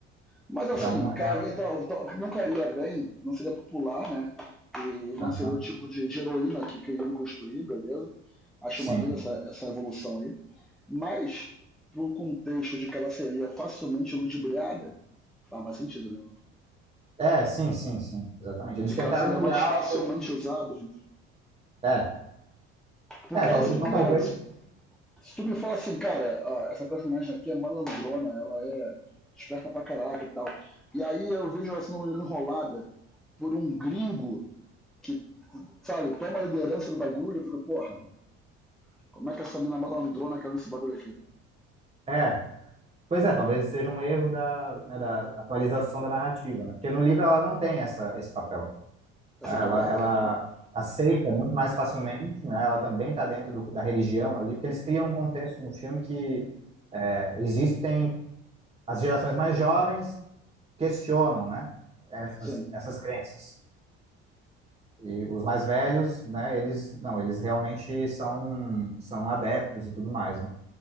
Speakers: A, in the centre; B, on the right.
A: Mas assim,
B: Então,
A: cairia,
B: ela.
A: tal- tal- não cairia bem, não seria popular, né? E
B: aham,
A: não seria o tipo de, de heroína que queriam construir, beleza? Acho
B: sim.
A: maneiro essa, essa evolução aí. Mas, pro contexto de que ela seria facilmente ludibriada, faz mais sentido, né?
B: É, sim, sim, sim. Exatamente. Eles
A: De
B: tentaram
A: que ela seria
B: criar
A: mais facilmente
B: uma coisa.
A: usada. né?
B: É,
A: Porque
B: é, tal-
A: aí se
B: então
A: tu criar,
B: talvez.
A: se Se tu me fala assim, cara, ó, essa personagem aqui é malandrona, ela é esperta pra caraca e tal. E aí eu vejo ela sendo enrolada por um gringo que, sabe, toma a liderança do bagulho, eu fico, porra, mano, como é que essa mina malandrona caiu nesse bagulho aqui?
B: É. Pois é, talvez esse seja um erro da, né, da atualização da narrativa, né? Porque no livro ela não tem essa, esse papel.
A: Essa
B: né?
A: pegada.
B: Ela, ela
A: né?
B: aceita muito mais facilmente, né? Ela também está dentro do- da religião ali, porque eles criam um contexto no filme que é, existem as gerações mais jovens questionam, né? Essas,
A: Sim.
B: essas crenças. E os mais velhos, né? Eles não, eles realmente são são adeptos e tudo mais, né?